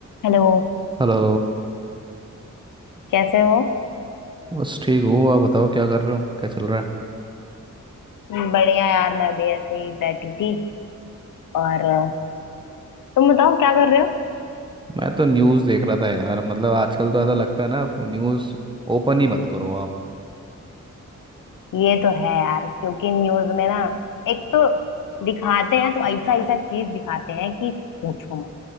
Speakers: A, on the left; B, on the right.
A: Hello
B: Hello
A: कैसे हो
B: बस ठीक हूँ आप बताओ क्या कर रहे हो क्या चल रहा है
A: हम्म, बढ़िया यार मैं भी ऐसे ही बैठी थी और अ, तुम बताओ क्या कर रहे हो
B: मैं तो न्यूज़ देख रहा था यार मतलब आजकल तो ऐसा लगता है ना न्यूज़ ओपन ही मत करो आप
A: ये तो है यार क्योंकि न्यूज में ना एक तो दिखाते हैं तो ऐसा ऐसा चीज दिखाते हैं कि पूछो मत